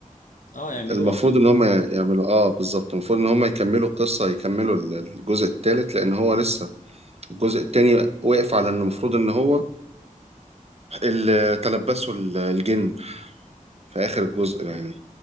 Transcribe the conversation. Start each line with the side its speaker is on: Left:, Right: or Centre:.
Left: اه يعملوه
Right: المفروض
Left: أكيد
Right: ان هم يعملوا اه بالظبط المفروض ان هم يكملوا القصة يكملوا ال- الجزء الثالث لان هو لسه الجزء الثاني واقف على ان المفروض ان هو اللي تلبسه ال- الجن في اخر الجزء يعني